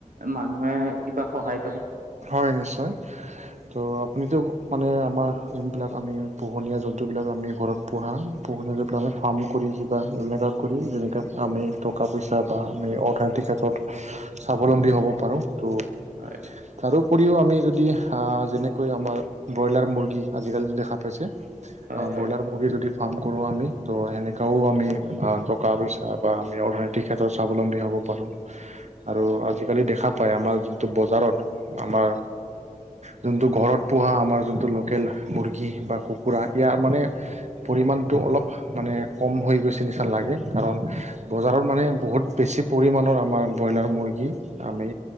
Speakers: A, on the right; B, on the right.
A: মানুহে কিবা সহায় পায়।
B: হয়, নিশ্চয়। ত' আপুনিটো মানে আমাৰ, যোনবিলাক আমি পোহনীয়া জন্তুবিলাক আমি ঘৰত পোহাঁ পোহনীয়া যিবিলাক আমি ফাৰ্ম কৰি, কিবা এইবিলাক কৰি যেনেকৈ আমি টকা পইচা বা, আমি অৰ্থনৈতিক ক্ষেত্ৰত স্বাৱলম্বী হ'ব পাৰো, ত'
A: হয়।
B: তাৰোপৰিও আমি যদি, যেনেকৈ আমাৰ ব্ৰইলাৰ মুৰ্গী, আজিকালিটো দেখা পাইছে অ',
A: হয়
B: ব্ৰইলাৰ যদি ফাৰ্ম কৰোঁ আমি, ত' সেনেকেও আমি টকা পইচা, বা আমি অৰ্থনৈতিক এই‌ ক্ষেত্ৰত স্বাৱলম্বী হ'ব পাৰোঁ।
A: <inaudible>
B: আৰু আজিকালি দেখা পায়, আমাৰ যোনটো বজাৰত আমাৰ যোনটো ঘৰত পোহাঁ আমাৰ যোনটো, লোকেল মুৰ্গী, বা কুকুৰা ইয়াৰ মানে পৰিমাণটো অলপ মানে কম হৈ গৈছে নিচিনা লাগে, কাৰণ বজাৰত মানে, বহুত বেছি পৰিমাণৰ আমাৰ ব্ৰইলাৰ মুৰ্গী আমি